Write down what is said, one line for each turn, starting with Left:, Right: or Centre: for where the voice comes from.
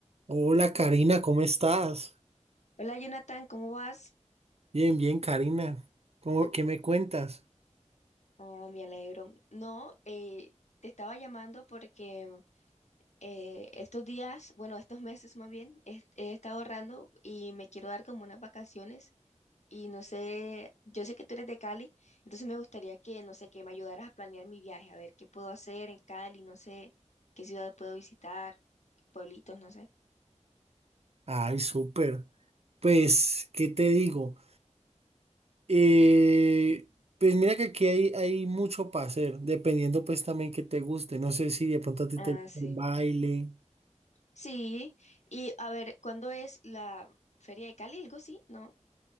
Right: Hola Karina, ¿cómo estás?
Left: Hola Jonathan, ¿cómo vas?
Right: Bien, bien Karina. ¿Cómo, qué me cuentas?
Left: Ah, me alegro. No, eh, te estaba llamando porque eh, estos días, bueno, estos meses más bien, he, he estado ahorrando y me quiero dar como unas vacaciones y no sé, yo sé que tú eres de Cali, entonces me gustaría que, no sé, que me ayudaras a planear mi viaje, a ver qué puedo hacer en Cali, no sé, qué ciudad puedo visitar, qué pueblitos, no sé.
Right: Ay, súper. Pues, ¿qué te digo? Eh, pues mira que aquí hay, hay mucho para hacer, dependiendo pues también que te guste. No sé si de pronto a ti
Left: Ah,
Right: te gusta
Left: sí.
Right: el baile.
Left: Sí, y a ver, ¿cuándo es la Feria de Cali? ¿Algo así? ¿No?